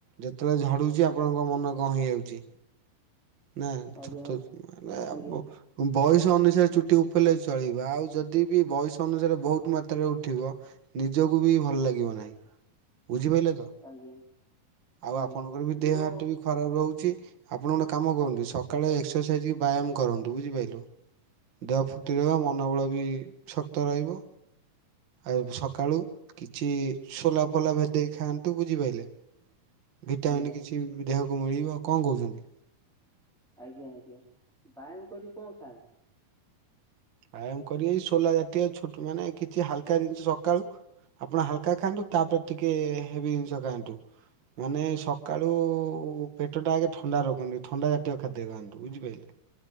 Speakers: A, on the right (about 60°); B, in the centre.
A: ଯେତେବେଳେ ଝାଡୁଛି ଆପଣଙ୍କ ମନ କଣ ହେଇଯାଉଚି। ନା
B: ଆଜ୍ଞା
A: ଛତୁସ୍ ନୂଆନୂଆ ଆମ୍ବ।
B: ଆଜ୍ଞା
A: ବୟସ ଅନୁସାରେ ଚୁଟି ଉପୁଡ଼ିଲେ ଚଳିବ, ଆଉ ଯଦି ବି ବୟସ ଅନୁସାରେ ବହୁତ ମାତ୍ରାରେ ଉଠିବ ନିଜକୁ ବି ଭଲ ଲାଗିବ ନାହିଁ, ବୁଝିପାରିଲେ ତ?
B: ଆଜ୍ଞା।
A: ଆଉ
B: ଆଜ୍ଞା
A: ଆପଣଙ୍କର ବି
B: କିନ୍ତୁ
A: ଦେହ ହାତ ବି ଖରାପ୍ ରହୁଚି। ଆପଣ ଗୋଟେ କାମ କରନ୍ତୁ ସକାଳେ ଏକ୍ସରସାଇଜ କି ବ୍ୟାୟାମ କରନ୍ତୁ ବୁଝିପାରିଲୁ। ଦେହ ଫୁଟି
B: ଆଜ୍ଞା
A: ରହିବ ମନୋବଳ ବି ଶକ୍ତ ରହିବ। ଆଉ ସକାଳୁ କିଛି ସୋଲା ଫୋଲା ଭେଦେଇ ଖାଆନ୍ତୁ ବୁଝିପାରିଲେ। ଭିଟାମିନ୍
B: ଆଜ୍ଞା
A: କିଛି ଦେହକୁ ମିଳିବ କଣ କହୁଛନ୍ତି।
B: ଆଜ୍ଞା ଆଜ୍ଞା ବାୟାମ୍ କରି କଣ ଖାଆନ୍ତି?
A: ଆୟାମ୍ କରି ସୋଲା ଜାତୀୟ ଛୋଟ ମାନେ କିଛି ହାଲକା ଜିନିଷ ସକାଳୁ ଆପଣ ହାଲକା ଖାଆନ୍ତୁ ତାପରେ ଟିକେ ହେବି ଜିନିଷ ଖାଆନ୍ତୁ। ମାନେ ସ କାଳୁ ପେଟ ଟା ଆଗେ ଥଣ୍ଡା ରଖନ୍ତୁ। ଥଣ୍ଡା ଜାତୀୟ ଖାଦ୍ୟ ଖାଆନ୍ତୁ ବୁଝିପାରିଲେ।